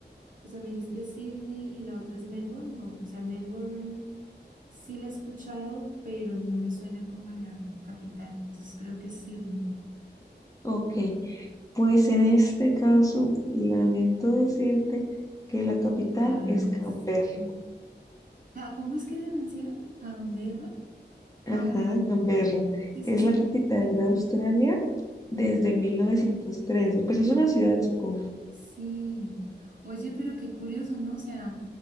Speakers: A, on the right; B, on the left.
A: O sea, me dijiste Sydney y la otra es Melbourne. No, o sea, Melbourne sí la he escuchado, pero no me suena como a la capital. Entonces creo que es Sydney.
B: ok. Pues en este caso, lamento decirte que la capital
A: ah
B: es
A: no, pues
B: Canberra.
A: sí. ah ¿Cómo es que se menciona? Canberra.
B: Ajá,
A: Cam-
B: Canberra.
A: ¿Qué es
B: Es
A: esa?
B: la capital de Australia desde 1913. Pues es una ciudad, supongo.
A: Sí. Oye, pero qué curioso, ¿no? O sea,